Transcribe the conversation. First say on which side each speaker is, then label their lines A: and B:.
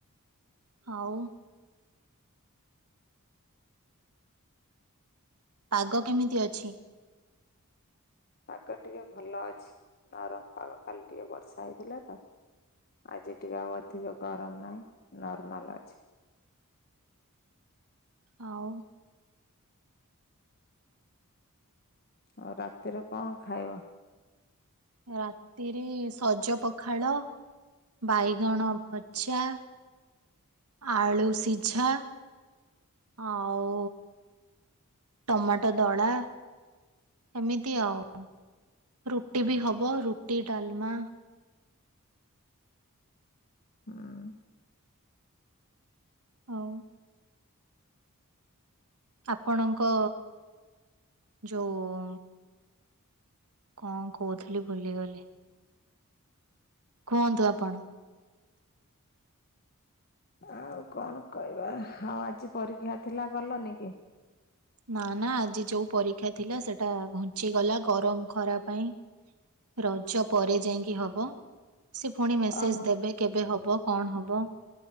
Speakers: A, on the right; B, on the left.
A: ଆଉ। ପାଗ କେମିତି ଅଛି
B: ପାଗ ଟିକେ ଭଲ ଅଛି ନରମ ପାଗ ଖାଲି ଟିକେ ବର୍ଷା ହେଇଥିଲା ତ ଆଜି। ଟିକେ ଆଉ ଅଧିକ ଗରମ ନାହିଁ ନର୍ମାଲ ଅଛି।
A: ଆଉ।
B: ଆଉ ରାତିରେ କଣ ଖାଇବ।
A: ରାତିରେ ସଜ ପଖାଳ ବାଇଗଣ ଭଜା। ଆଳୁ ସିଝା। ଆଉ ଟମାଟୋ ଦଳା। ଏମିତି ଆଉ ରୁଟି ବି ହବ ରୁଟି ଡାଲମା।
B: <inaudible>
A: ହଉ। ଆପଣଙ୍କ ଯୋଉ। କଣ କହୁଥିଲି ଭୁଲିଗଲେ କୁହନ୍ତୁ ଆପଣ।
B: ଆଉ କଣ କହିବା ଆଉ ଆଜି ପରୀକ୍ଷା ଥିଲା ଗଲନି କି।
A: ନା ନା ଆଜି ଯୋଉ ପରୀକ୍ଷା ଥିଲା ସେଟା ଘୁଞ୍ଚିଗଲା ଗରମ ଖରା ପାଇଁ। ରଜ ପରେ ଯାଇକି ହବ ସେ ପୁଣି ମେସେଜ
B: ଅବ
A: ଦେବେ। କେବେ ହବ କଣ ହବ